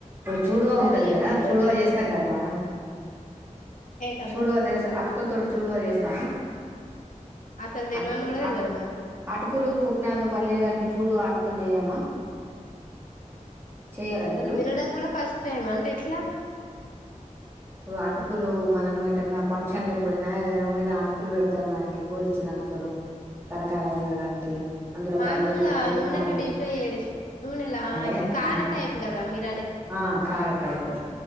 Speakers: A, on the right (about 20°); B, on the left (about 80°).
A: చూడువా ఉంటది
B: అదే చెప్పిర్రు
A: కదా చూడువా
B: నేను
A: చేస్తాం కదా మనం
B: ఏంటమ్మా
A: చూడుదరస ఆట ముకుల తో చూడు చేస్తాము
B: అసలు తెలవని
A: అటు
B: కూడా తెలవదు
A: అటు
B: నాకు
A: అటుకులు పుట్నాలు పల్లీలు కల్పించ చూడు ఆటుకులు చేయమా చేయరా
B: నన్నస్సలు
A: మీరు
B: వినడాడంం కూడా ఫస్ట్ టైమ్ ఏమంటే ఎట్లా
A: ఇప్పుడు అటుకులు మనం ఏటన్నా ఫంక్షన్ల పోయినా ఏదైనా పోయిన అటుకులు పెడతారు మనకి గోలిచినటుకులు కరకర ఉండడానికి అందులో
B: మామూలుగా
A: పల్లీలు పుట్నాలు
B: నూనెలా డీప్ ఫ్రై చేయ నూనెలా
A: ఏ
B: ఇప్పుడు కారా
A: ఆ
B: టైప్ కదా మీర
A: ఆ కార టైపు